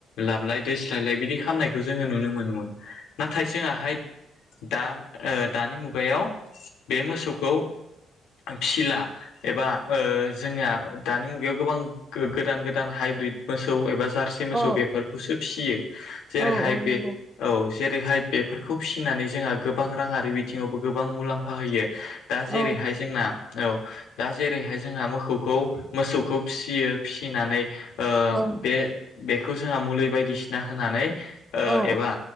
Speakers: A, on the left (about 90°); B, on the right (about 20°).
A: लाबलाय देस्लायलाय बिदि खालामनायखौ जोङो नुनो मोनोन नाथाय जोंहाय दा ओ दानि मु मुगायाव बे मोसौखौ फिला एबा जोंङो दानि मुगायाव गोबां गोदान गोदान हाइब्रिद मोसौ एबा जारसे मोसौ
B: औ
A: बेफोरखौसो फियो जेरैहाय
B: औ औ
A: बे
B: नंगौ
A: औ जेरैहाय बेफोरखौ फिसिनानै जोंहा गोबां राङारि बिथिङावबो गोबां मुलाम्फा होयो दा
B: औ
A: जेरैहाय जोंना औ दा जेरैहाय जोंहा मोखौखौ मोसौखौ फिसियो फिसिनानै ओ
B: औ
A: बे बेखौ जोंहा मुलि बायदि बायदिसिना होनानै ओ
B: औ
A: एबा